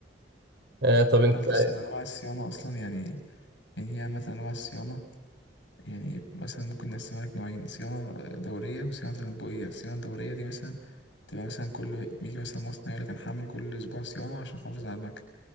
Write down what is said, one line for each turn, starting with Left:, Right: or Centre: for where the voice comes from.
Right: آه طب انت
Left: اخلص من انواع الصيانه اصلا يعني هي مثلا أنواع الصيانة يعني مثلا ممكن نقسمها لك نوعين صيانة دورية وصيانة تنبؤية الصيانة الدورية دي مثلا تبقى مثلا كل بيجي مثلا مصنع يقول لك أنا هعمل كل أسبوع صيانة عشان أحافظ على المكن